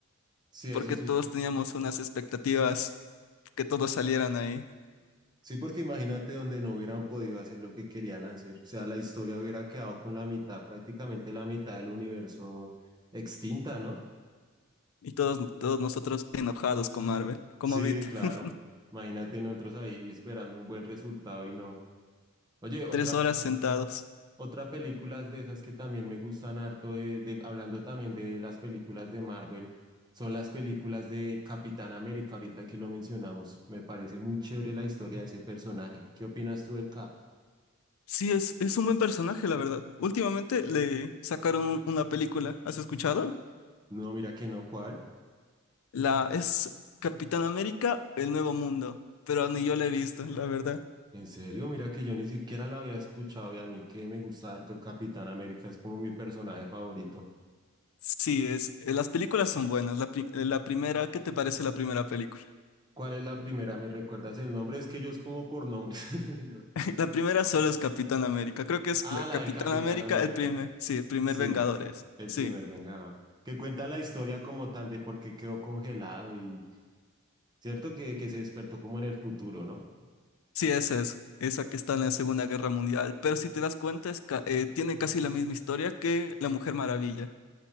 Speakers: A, on the right (about 20°); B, on the left (about 70°).
A: Sí,
B: porque
A: eso sí.
B: todos teníamos unas expectativas que todos salieran ahí.
A: Sí, porque imagínate donde no hubieran podido hacer lo que querían hacer. O sea, la historia hubiera quedado con la mitad, prácticamente la mitad del universo extinta, ¿no?
B: Y todos, todos nosotros enojados con Marvel, como
A: Sí,
B: ahorita,
A: claro.
B: <laughs>
A: Imagínate nosotros ahí esperando un buen resultado y no. Oye, otra,
B: tres horas sentados.
A: Otra película de esas que también me gustan harto, de, de- hablando también de las películas de Marvel, son las películas de Capitán América, ahorita que lo mencionamos. Me parece muy chévere la historia de ese personaje. ¿Qué opinas tú del Cap?
B: Sí, es, es un buen personaje, la verdad. Últimamente le sacaron un- una película, ¿has escuchado?
A: No, mira que no, ¿cuál?
B: La es Capitán América, El Nuevo Mundo, pero ni yo la he visto, la verdad.
A: En serio, mira que yo ni siquiera la había escuchado y a mí que me gusta harto el Capitán América, es como mi personaje favorito.
B: Sí, es, eh, las películas son buenas. La, pri- eh, la primera, ¿qué te parece la primera película?
A: ¿Cuál es la primera? ¿Me recuerdas el nombre? Es que yo es como por nombres. <laughs> Yo-
B: <laughs> La primera solo es Capitán América. Creo que es
A: Ah,
B: la Capitán
A: la del Capitán
B: América,
A: América.
B: el primer, sí, el primer
A: Sí,
B: Vengadores.
A: el
B: Sí.
A: primer Vengador. Que cuenta la historia como tal de por qué quedó congelado y cierto que, que se despertó como en el futuro, ¿no?
B: Sí, esa es, esa que está en la Segunda Guerra Mundial. Pero si te das cuenta, es ca- eh, tiene casi la misma historia que La Mujer Maravilla.